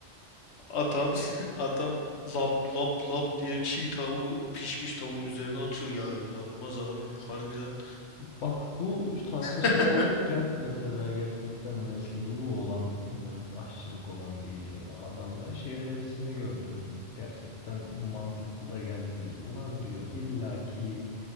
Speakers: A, on the left; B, on the left.
A: Adam <laughs> adam lap lap lap diye çiğ tavuğu pişmiş tavuğun üzerine atıyor ya inanılmaz abi harbiden.
B: Bak bu tartışma
A: <laughs>
B: olurken mesela gerçekten mesleği bu olan e, aşçılık olan bir adamdan şey önerisini gördüm. Gerçekten mantıklı da geldi. Ulan diyor illaki